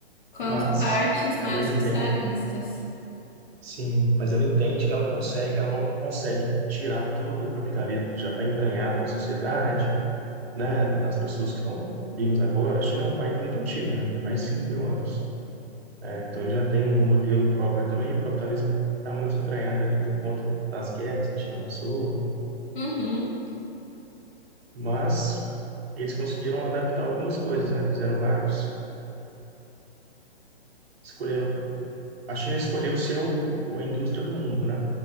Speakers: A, on the left (about 50°); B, on the right (about 70°).
A: quanto
B: mas
A: partes mais
B: ela entende,
A: socialistas.
B: sim, mas ela entende que ela consegue, ela não consegue tirar todo o capitalismo que já está entranhado na sociedade, né, das pessoas que estão vivas agora. A China é um país muito antigo, né, tem mais de cinco mil anos. Então ele já tem um modelo próprio também, e o capitalismo está muito entranhado ali por conta das guerras que a China passou,
A: Uhum.
B: mas eles conseguiram adaptar algumas coisas, né? Fizeram vários, escolheram, a China escolheu seu a indústria do mundo, né?